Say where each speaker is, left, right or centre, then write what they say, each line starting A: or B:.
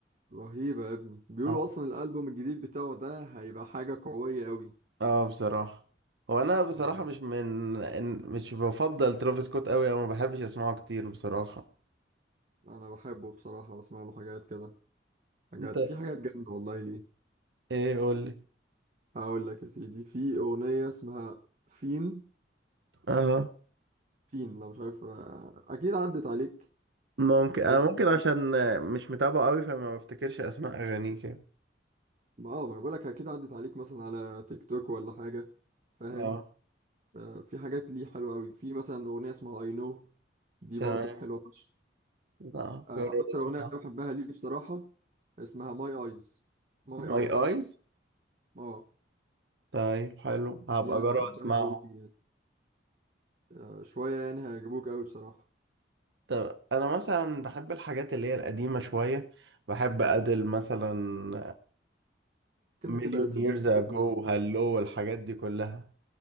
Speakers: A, on the right; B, on the right.
A: رهيبة يا ابني بيقولوا
B: اه
A: اصلا الالبوم الجديد بتاعه ده هيبقى حاجة قوية قوي
B: اه بصراحة هو انا بصراحة
A: انا
B: مش من إن- مش بفضل ترافيس سكوت قوي او ما بحبش اسمعه كتير بصراحة
A: انا بحبه بصراحة بسمع له حاجات كده حاجات
B: انت
A: في حاجات جامدة والله ليه
B: ايه قولي
A: هقول لك يا سيدي في اغنية اسمها فين
B: اه
A: فين لو مش عارف آه، اكيد عدت عليك
B: ممكن
A: مليون
B: انا
A: في
B: ممكن
A: المية
B: عشان مش متابعه قوي فما بفتكرش اسماء اغانيه كده
A: اه ما انا بقول لك اكيد عدت عليك مثلا على تيك توك ولا حاجة فاهم
B: اه
A: آه، في حاجات ليه حلوة أوي في مثلا أغنية اسمها I know دي
B: تمام
A: برضو حلوة فشخ
B: لا
A: آه،
B: جرب
A: أكتر
B: اسمع
A: أغنية بحبها ليه بصراحة اسمها My Eyes My Eyes
B: ماي ايز
A: اه
B: طيب حلو هبقى
A: دي أنا
B: اجرب
A: بحبها
B: اسمعه
A: أوي يعني. آه، شوية يعني هيعجبوك أوي بصراحة
B: طب انا مثلا بحب الحاجات اللي هي القديمه شويه بحب ادل مثلا
A: كده
B: مليون
A: كده أدل
B: ييرز
A: دي
B: اجو
A: كل الناس بتحبها
B: هالو الحاجات دي كلها